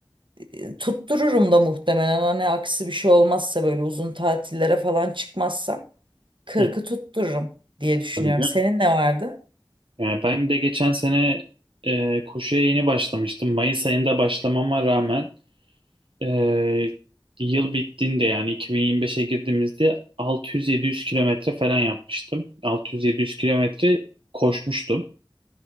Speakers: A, on the right (about 70°); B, on the right (about 85°).
A: E, Tuttururum da muhtemelen hani aksi bir şey olmazsa böyle uzun tatillere falan çıkmazsam 40'ı
B: Hı.
A: tuttururum diye düşünüyorum.
B: Tabii canım.
A: Senin ne vardı?
B: Yani ben de geçen sene e, koşuya yeni başlamıştım. Mayıs ayında başlamama rağmen Ee, yıl bittiğinde yani 2025'e girdiğimizde 600-700 kilometre falan yapmıştım. 600-700 kilometre koşmuştum.